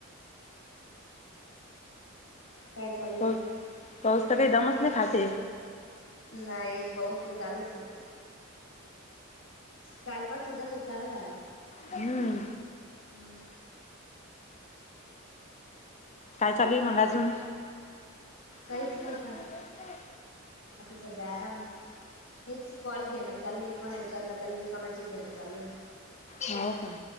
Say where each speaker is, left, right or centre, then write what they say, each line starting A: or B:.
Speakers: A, on the left; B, on the left.
A: काय चालूय
B: पाऊस
A: मंग.
B: पाऊस त काई दमच नई खाते.
A: नाई पाऊस त चालूचे. कालपासुन जास्तंच चालू झालं,
B: हम्म
A: हं.
B: काय चालूय मंग अजून?
A: काहीच
B: मला
A: नाही का
B: बोलायचंय.
A: आता सध्या आरामे. हेच कॉल घेणं चालू ये कोणाला करणं चालू ये कोणाचे घेणं चालूये.
B: हो का